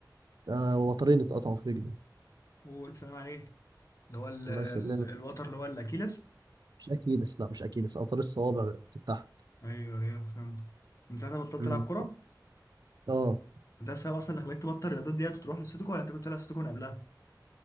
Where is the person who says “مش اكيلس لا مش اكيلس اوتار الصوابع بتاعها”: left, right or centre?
Right